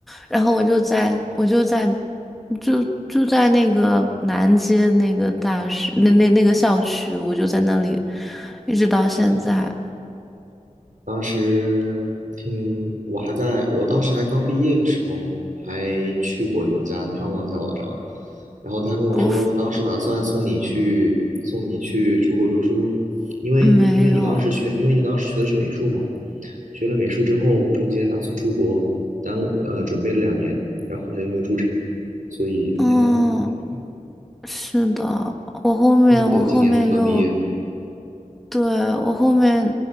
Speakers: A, in the centre; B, on the right.
A: 然后我就在我就在就就在那个南街那个大学那那那个校区，我就在那里一直到现在。
B: 了解了。当时听我还在，我当时还刚毕业的时候，还去过你们家探望一下老张。然后他跟我说，
A: 我
B: 当时打算送你去送你去出国读书，因为因为你当时学，
A: 没有，
B: 因为你当时学的是美术嘛，学了美术之后，中间打算出国，耽误呃准备了两年，然后后来又没有出成，所以中间耽误了几年，
A: 嗯，是的，我后面我后面又
B: 怪不得今年才刚毕业。
A: 对，我后面